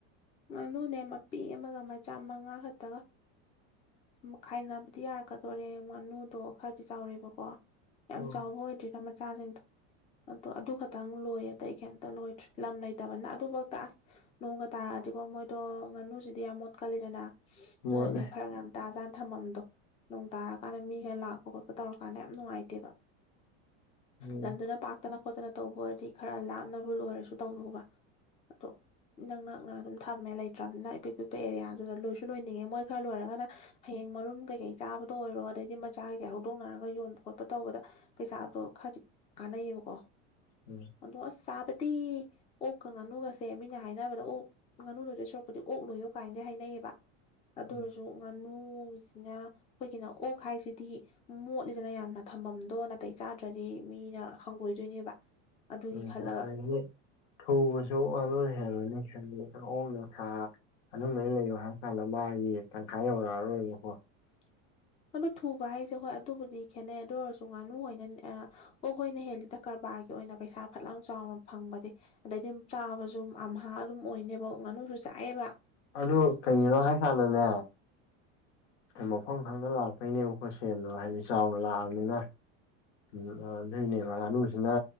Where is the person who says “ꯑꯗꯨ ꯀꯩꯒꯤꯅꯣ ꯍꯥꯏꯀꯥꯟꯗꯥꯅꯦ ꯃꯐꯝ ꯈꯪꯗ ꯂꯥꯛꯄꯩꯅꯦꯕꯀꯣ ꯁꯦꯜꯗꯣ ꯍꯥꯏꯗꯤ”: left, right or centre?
Left